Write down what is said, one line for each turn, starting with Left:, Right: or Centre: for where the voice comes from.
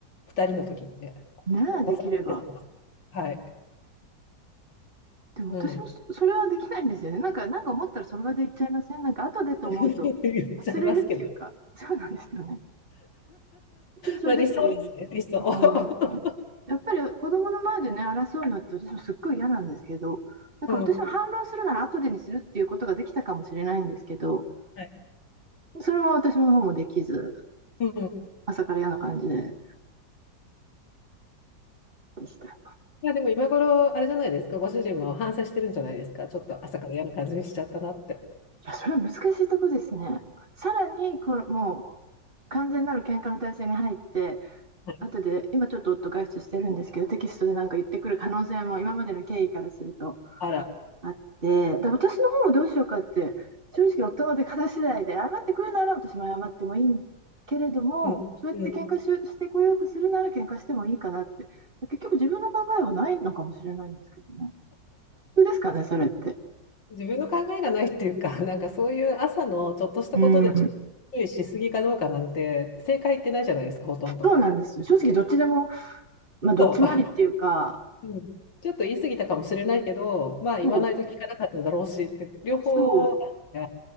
Left: 2人の時にね、
Right: ねえ、
Left: お子さん、
Right: できれば。
Left: はい、
Right: でも私もそそれはできないんですよね。
Left: うん、
Right: なんか、なんか思ったらその場で言っちゃいません。なんか後でと思うと忘れるっていうか、
Left: <laughs> 言っちゃいますけど、<laughs>
Right: そうなんですよね。本当にそれできたらいいんですけど。
Left: まあ理想ですね、理想。
Right: うん
Left: <laughs>
Right: やっぱり子供の前でね、争うのって私もすっごい嫌なんですけど、なんか私も反論するなら後でにするっていうことができたかもしれないんですけど、
Left: うん、はい、
Right: それは私の方もできず、
Left: うん。
Right: 朝から嫌な感じでした。い
Left: いやでも今頃、あれじゃないですか、ご主人も反省してるんじゃないですか、ちょっと朝から嫌な感じにしちゃったなって。
Right: や、それは難しいとこですね。さらにこう、もう完全なる喧嘩の体制に入って、
Left: はい
Right: 後で、今ちょっと夫外出してるんですけど、テキストでなんか言ってくる可能性も今までの経緯からすると
Left: あら、
Right: あって、だ私の方もどうしようかって、正直夫の出方次第で、謝ってくるなら私も謝ってもいいけれども、
Left: うん、
Right: そうやって喧嘩し、
Left: うん。
Right: してこようとするなら喧嘩してもいいかなって、結局自分の考えはないのかもしれないんですけどね。そうですかね、それって。
Left: 自分の考えがないっていうか、<laughs> なんかそういう朝のちょっとしたことで注
Right: うん、
Left: 意しすぎかどうかなんて、正解ってないじゃないですか、ほとんど。
Right: そうなんですよ。正直どっちでも、まあ、どっちもありっていうか、
Left: そううんちょっと言い過ぎたかもしれないけど、まあ言わないと聞かなかっただろうしって、
Right: そう、
Left: 両方あるか
Right: そう、